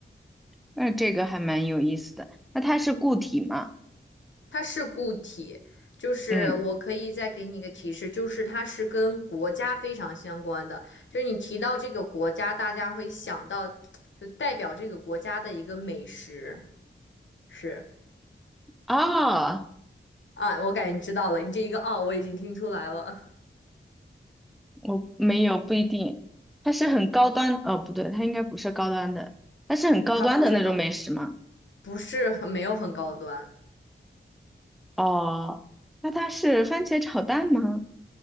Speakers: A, in the centre; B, on the left (about 70°).
A: 那这个还蛮有意思的。那它是固体吗？
B: 它是固体，就是我可以再给你一个提示，
A: 嗯，
B: 就是它是跟国家非常相关的，就是你提到这个国家，大家会想到就代表这个国家的一个美食，是
A: 哦，
B: 啊，我感觉你知道了，你这一个哦，我已经听出来了。
A: 我没有，不一定。它是很高端，哦，不对，它应该不是高端的，它是很高端的那种美食吗？
B: 嗯它不是高，不是很没有很高端
A: 哦，那它是番茄炒蛋吗？